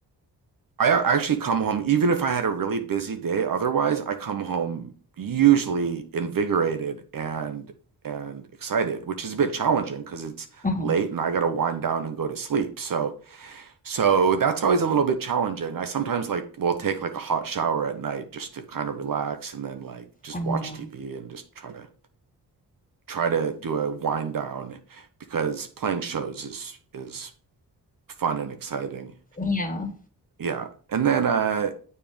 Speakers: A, on the right (about 55°); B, on the left (about 20°).
A: I a- actually come home, even if I had a really busy day. Otherwise, I come home usually invigorated and and excited, which is a bit challenging because it's
B: Oh,
A: late and I got to wind down and go to sleep. So. So that's always a little bit challenging. I sometimes like will take like a hot shower at night just to kind of relax and then like just
B: oh,
A: watch TV and just try to try to do a wind down because playing shows is is fun and exciting.
B: yeah.
A: Yeah. And then uh